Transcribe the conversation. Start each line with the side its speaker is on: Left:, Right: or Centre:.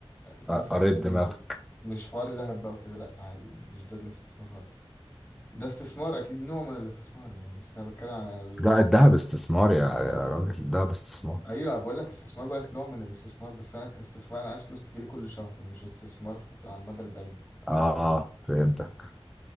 Left: ده استثمار
Centre: قريت دماغك
Left: بالنسبة لي. مش حوار دهب بقى وكده لا عادي يعني مش ده الاستثمار خالص ده استثمار اكيد نوع من الاستثمار يعني بس انا بتكلم على اللي
Centre: لا
Left: انت
Centre: الذهب استثمار يا يا راجل الذهب استثمار
Left: ايوه بقول لك استثمار بقول لك نوع من الاستثمار بس انا كاستثمار انا عايز فلوس تجي لي كل شهر مش استثمار على المدى البعيد
Centre: اه اه فهمتك